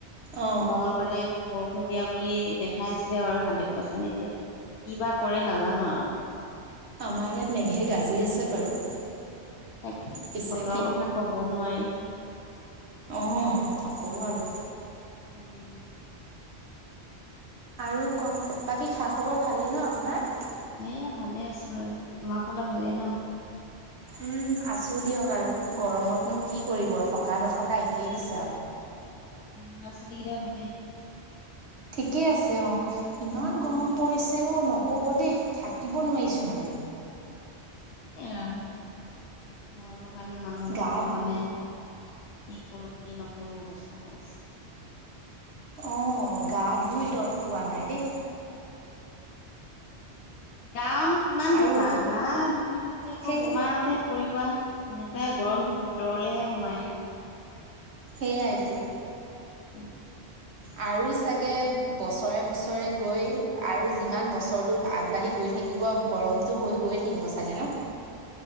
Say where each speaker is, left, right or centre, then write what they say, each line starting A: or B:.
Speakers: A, on the right (about 70°); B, on the left (about 75°).
A: অ
B: মঙংগলবাৰে বৰ <unintelligible> বুলি দেখাই আছিলে বাৰু হাণ্ড্ৰেড পাৰ্চেণ্ট এতিয়া, কি বা কৰে নাজানো আৰু।
A: আমাৰ ইয়াত মেঘে গাজি আছে বাৰু।
B: তাকে
A: পিছে
B: বতৰৰ কথা কব নোৱাৰি।
A: আহ, নকব আৰু।
B: উম
A: আৰু কওক, বাকী খা খবৰ ভালেই ন আপোনাৰ?
B: এয়া ভালে আছোঁ আৰু, তোমাৰ ফালে ভালে ন?
A: উম, আছোঁ দিয়ক আৰু গৰমতনো কি
B: অ
A: কৰিব থকা থকা নথকা একেই হৈছে আৰু।
B: লাৰ ছোৱালী কেইটা ভালে?
A: ঠিকেই আছে অ, ইমান গৰম
B: অ
A: পৰিছে অ, নক ক'ব দেই থাকিব নোৱাৰিছোঁ মানে।
B: এয়া, গৰমৰ কাৰণে মানুহ
A: গা
B: একদম মানে কি কৰো কি নকৰো অৱস্থা হৈছে।
A: আহ, গা ধুই তত পোৱা নাই দেই।
B: গানো কিমান ধুবা
A: আৰু
B: গা ধুই ধুই আকৌ
A: সেই
B: বেমাৰতেহে পৰিবা সেনেকা তাইৰ গৰমটো ভিতৰলেহে সোমায়
A: সেয়াইতো
B: <unintelligible>
A: আৰু চাগে বছৰে বছৰে গৈ, আৰু যিমান বছৰটো আগবাঢ়ি গৈ থাকি কিব গৰমতটো হৈ গৈ থাকিব চাগে ন!